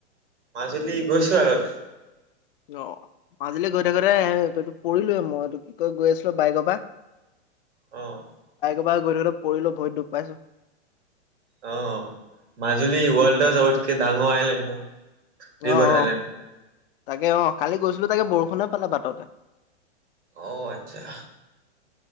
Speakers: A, on the right; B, on the left.
A: মাজুলী গৈছো আগতে।
B: অ', মাজুলী গৈ থাকোতে এ <unintelligible> পৰিলোৱে মই, এইটো কি কয়, গৈ আছিলোঁ বাইকৰ পৰা
A: অ'
B: <unintelligible> গৈ থাকোঁতে পৰিলো, ভৰিত দুখ পাইছোঁ।
A: অ', মাজুলি ৱৰ্ল্ডৰ চবত কে ডাঙৰ আইলেণ্ড হয়। ৰিভাৰ
B: অ', অ,
A: আইলেণ্ড
B: তাকে অ, কালি গৈছিলো তাকে বৰষ ষুণে পালে বাটতে
A: অ', আচ্ছা